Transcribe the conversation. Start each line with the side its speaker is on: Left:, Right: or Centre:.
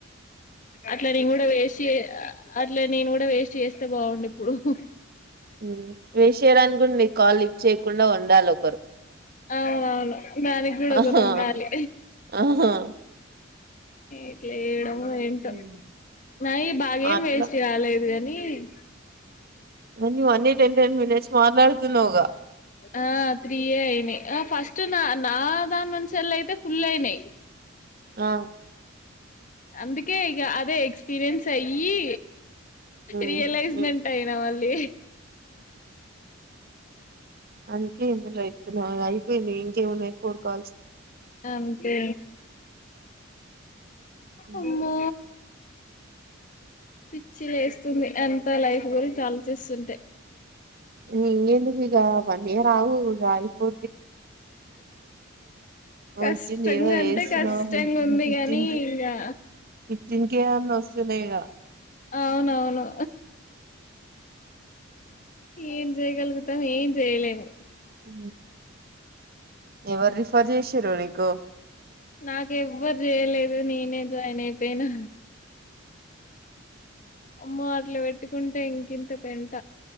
Left: అట్లా నేను కూడా వేస్ట్ చేయ అట్లా నేను కూడా వేస్ట్ చేస్తే బాగుండదు ఇప్పుడు <unintelligible>
Right: ఉ వేస్ట్ చేయడానికి కూడ నీ కాల్ లిప్ట్ చేయకుండా ఉండాలి ఒకరు
Left: అవునవును దానికి కూడ ఒకరు
Right: ఆహా
Left: ఉండాలి
Right: ఆహా
Left: ఇట్ల ఏడ ఏంటో
Right: ఉమ్,
Left: నాయి బాగా ఏం
Right: అట్లా
Left: వేస్ట్ కాాలేదు కాని అ <unintelligible>
Right: ఉ నువ్వు అన్ని టెన్ టెన్ మినిట్స్ మాట్లాడుతున్నావ్ గ
Left: ఆ త్రీ ఏ అయినయి అ ఫస్ట్ నా నా ఆ దాని నుంచి ఎల్లి అయితే ఫుల్ అయినాయి
Right: ఆ
Left: అందుకే ఇక అదే ఎక్స్పీరియన్స్ అయ్యి
Right: ఉమ్,
Left: రియలైజ్మెంట్
Right: ఉమ్.
Left: అయినా మళ్ళీ
Right: అంతే ఇందులో అయితే అయిపోయింది ఇంకేమున్నాయి ఫోన్ కాల్స్
Left: అంతే
Right: ఉమ్.
Left: అమ్మా పిచ్చి లేస్తుంది ఎంత లైఫ్ గురించి ఆలోచిస్తుంటే
Right: నీ ఏనుగు ఇక వన్ ఇయర్ వుగా ఇప్పు
Left: కష్టంగా
Right: వచ్చింది ఏదో
Left: అంటే
Right: చేస్తున్నావుగ
Left: కష్టంగా ఉంది
Right: ఫిఫ్టీన్
Left: గాని
Right: కే
Left: ఇంగా
Right: ఫిఫ్టీన్ కే అన్న వస్తున్నాయిగ
Left: అవునవును ఏం జేయగల్గుతా ఏం చెయలేము
Right: ఉ ఎవరు రిఫర్ చేసిర్రు నీకు
Left: నాకెవ్వరు ఎవ్వరు చేయలేదు నేనే జాయిన్ అయిపోయినా అమ్మ అట్ల పెట్టుకుంటే ఇంకింత పెంట